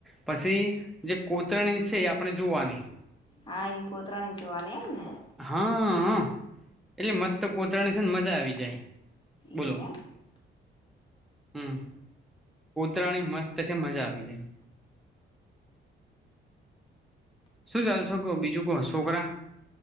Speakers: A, in the centre; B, on the left (about 25°).
A: પછી જે કોતરણી છે એ આપણે જોવાની.
B: હા, એ કોતરાની જોવાની એમને
A: હા, એટલે મસ્ત કોતરાની છે ને મજા આવી જાય. બોલોલો!
B: એવું એમ
A: હમ. કૂતરાની, મસ્તશે મજા આવી જાય શું ચાલશે કહો, બીજુ કો છોકરા?